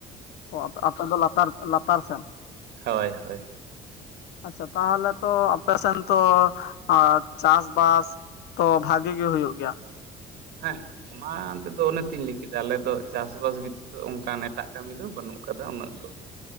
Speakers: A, on the left; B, on the right.
A: ᱚ ᱟᱯᱮ ᱫᱚ ᱞᱟᱛᱟᱨ ᱞᱟᱛᱟᱨ ᱥᱮᱱ
B: ᱦᱳᱭ ᱦᱳᱭ
A: ᱟᱪᱪᱷᱟ ᱛᱟᱦᱚᱞᱮ ᱛᱚ ᱟᱯᱮ ᱥᱮᱱ ᱫᱚ ᱟᱸ ᱪᱟᱥᱵᱟᱥ ᱛᱚ ᱵᱷᱟᱜᱮ ᱜᱮ ᱦᱩᱭᱩᱜ ᱜᱮᱭᱟ
B: ᱦᱮᱸ ᱚᱱᱟᱛᱮ ᱫᱚ ᱚᱱᱮ ᱛᱩᱧ ᱞᱟᱹᱭ ᱠᱮᱫᱟ ᱟᱞᱮ ᱫᱚ ᱪᱟᱥᱵᱟᱥ ᱵᱮᱛᱤᱛᱚ ᱚᱱᱠᱟᱱ ᱮᱴᱟᱜ ᱠᱟᱹᱢᱤ ᱫᱚ ᱵᱟᱹᱱᱩᱜ ᱠᱟᱫᱟ ᱩᱱᱟᱹᱜ ᱫᱚ